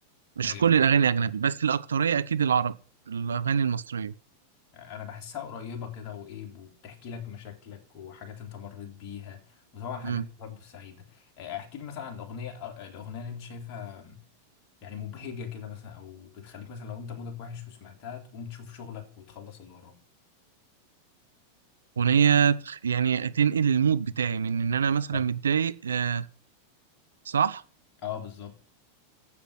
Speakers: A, on the right; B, on the left.
A: مش
B: ايوه
A: كل الأغاني أجنبي بس الأكترية أكيد العربي الأغاني المصرية
B: انا بحسها قريبه كده وايه وبتحكي لك مشاكلك وحاجات انت مريت بيها وطبعا حاجات
A: امم
B: برضه سعيده آه، احكي لي مثلا عن الاغنيه آه، الاغنيه اللي انت شايفها يعني مبهجه كده مثلا او بتخليك مثلا لو انت مودك وحش وسمعتها تقوم تشوف شغلك وتخلص اللي وراك
A: أغنية تخ- يعني تنقل المود بتاعي من إن أنا
B: بالظبط.
A: مثلا متضايق آه صح
B: اه بالظبط